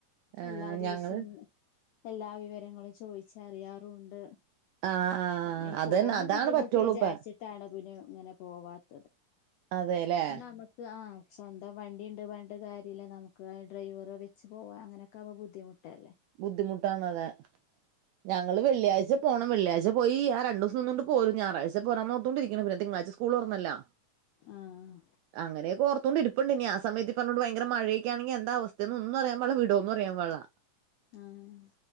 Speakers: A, on the right; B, on the left.
A: ആഹ്
B: എല്ലാ ദിവസവും
A: ഞങ്ങള്
B: എല്ലാ വിവരങ്ങളും ചോദിച്ച് അറിയാറുമുണ്ട്
A: ആഹ് ആഹ്
B: പിന്നെ ഈ
A: അതന്നെ
B: പോണ
A: അതാണ്
B: ബുദ്ധിമുട്ട്
A: പറ്റുള്ളൂ
B: വിചാരിച്ചിട്ടാണ്
A: ഇപ്പ
B: പിന്നെ ഇങ്ങനെ പോവാത്
A: അതെല്ലേ
B: നമുക്ക് ആഹ് സ്വന്തം വണ്ടി ഉണ്ട് വേണ്ടകാര്യല്ല നമുക്ക് ആ ഡ്രൈവറെ വെച്ച് പോവാ അങ്ങനെ ക്കവ ബുദ്ധിമുട്ടല്ലേ
A: ബുദ്ധിമുട്ടാണ് അതെ ഞങ്ങള് വെള്ളിയാഴ്ച പോണം വെള്ളിയാഴ്ച പോയി ആ രണ്ട് ദിവസം നിന്നുകൊണ്ട് പോരും ഞായറാഴ്ച പോരണം എന്ന് ഓർത്തു കൊണ്ടിരിക്കുന്നു പിന്നെ തിങ്കളാ്ച സ്കൂ സ്കൂള് തുറന്നല്ലോ
B: ആഹ്
A: അങ്ങനെ ഒക്കെ ഓർത്തു കൊണ്ട് ഇരിപ് പ്പൊണ്ട് ഇനി ആ സമയത്ത് പറഞ്ഞോണ്ട് ഭയങ്കര മഴയൊക്കെ ആണെങ്കിൽ എന്താ അവസ്ഥയെന്ന് ഒന്നും അറിയാൻ പാടില്ല വിടോന്ന് അറിയാൻ പാടില്ല
B: ആഹ്